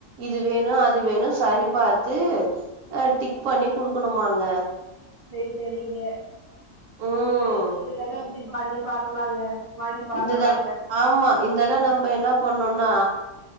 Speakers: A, on the right; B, on the right.
A: இது வேணு அது வேணு சரி பாத்து அ டிக் பண்ணி குடுக்கணுமாங்க
B: செரி செரிங்க
A: ம்
B: செரி இந்த தடவ அப்டி பாண்ணி பாக்கலாங்க வாங்கி பாக்கலாங்க
A: இந்த தட ஆமா இந்த தடவ
B: ம்
A: நம்ப என்ன பண்ணுன்னா